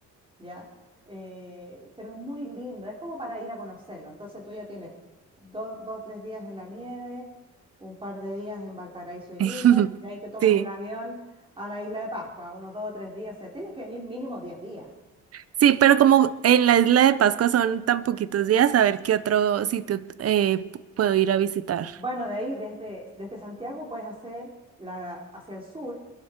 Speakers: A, on the right; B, on the right.
A: ¿ya? Eh, pero es muy lindo, es como para ir a conocerlo. Entonces tú ya tienes dos, dos, tres días en la nieve, un par de días en Valparaíso y
B: <laughs>
A: Viña, y de ahí te tomas
B: Sí.
A: el avión a la isla de Pascua, unos dos o tres días, o sea, tienes que venir mínimo diez días.
B: Sí, pero como en la isla de Pascua son tan poquitos días, a ver qué otro sitio eh, p- puedo ir a visitar.
A: Bueno, de ahí desde, desde Santiago puedes hacer la, hacia el sur,